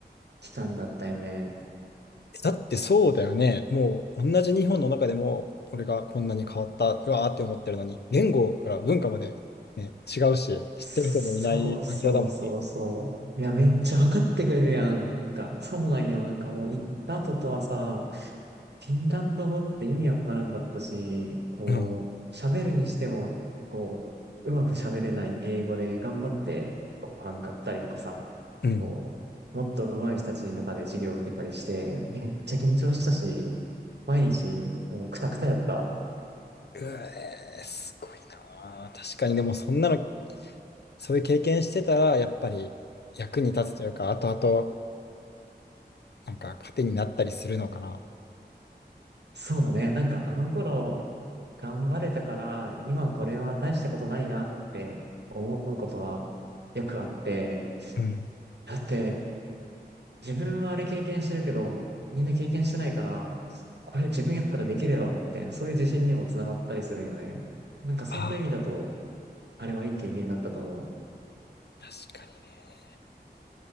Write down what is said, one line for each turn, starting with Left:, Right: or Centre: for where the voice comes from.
Right: 期間だったよね。
Left: だってそうだよね。もう同じ日本の中でも、俺がこんなに変わった、うわーって思ってるのに、言語から文化まで、ね、違うし、知ってる人もいない感じだもんね。
Right: そうそうそうそう。いや、めっちゃ分かってくれるやん。なんか、そうなんよ。なんかもう行った後とはさ、フィンランド語って意味わからんかったし、こう、
Left: うん。
Right: 喋るにしても、こう、うまく喋れない英語で頑張ってご飯買ったりとかさ、
Left: うん。
Right: こう、もっと上手い人たちの中で授業を受けたりして、めっちゃ緊張したし、毎日もうクタクタやったわ。
Left: うえー、すごいなー。確かに、でもそんなの、そういう経験してたら、やっぱり役に立つというか、後々、なんか糧になったりするのかな。
Right: そうだね。なんかあの頃、頑張れたから、今これは大したことないなって思うことはよくあって、
Left: うん。
Right: だって自分はあれ経験してるけど、みんな経験してないから、これ自分やったらできるやろ、みたいな、そういう自信にもつながったりするんよね。なんかそんな意味だと、
Left: ああ、
Right: あれはいい経験だったと思
Left: 確かにね。